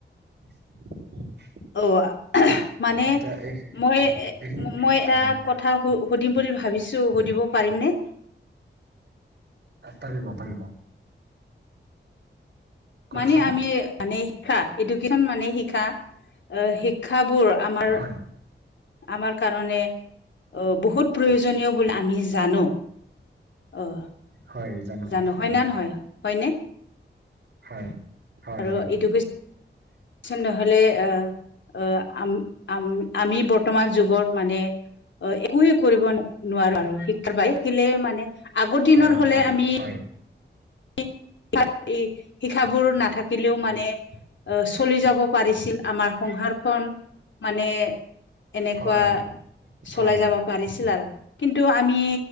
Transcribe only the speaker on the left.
অ মানে
মই
মই এটা
কথা। সুধিম বুলি ভাবিছো সুধিব পাৰিম নে।
মানে আমি মানে শিক্ষা এডুকেশচন মানে শিকা। এ শিক্ষাবোৰ আমাৰ
আমাৰ। কাৰণে আহ বহুত প্ৰয়োজনীয় বুলি আমি জানো আহ।
জানো হয়
না নহয় হয়নে।
আৰু
এডুকেশ্যন।
চন নহলে আহ আহ আম আম আমি বৰ্তমান যুগৰ মানে। অ একোৱে কৰিব নোৱাৰো আৰু শিক্ষাৰ ব শিকিলে মানে। মে আগৰ দিনৰ
হলে
আমি।
শিক্ষাবোৰ নাথাকিলেও মানে। অ চলি যাব পাৰিছিল আমাৰ। সংহাৰখন মানে এনেকুৱা।
চলাই
যাব পাৰিছিল আৰু কিন্তু আমি